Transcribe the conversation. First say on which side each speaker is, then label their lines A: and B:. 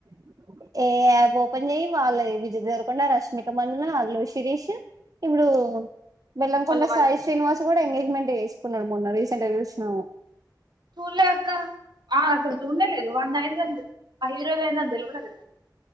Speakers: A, on the right (about 50°); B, on the right (about 70°).
A: <inaudible> ఏ యాప్ ఓపెన్ చెయ్యి వాళ్ళు విజయదేవరకొండ రష్మికమండన అల్లు శిరీష్ ఇప్పుడు బెల్లంకొండ
B: వాళ్ళ వాళ్ళకి
A: సాయి శ్రీనివాస్ కూడా ఎంగేజ్మెంట్ వేసుకున్నాడు మొన్న రీసెంట్గా చూసినాము
B: చూల్లే అక్క ఆ అసలు చున్నేలేదు లేదు వాన్ ది ఐంది అని ఆ హీరో ది ఐంది అని తేల్వనే తెలియలేదు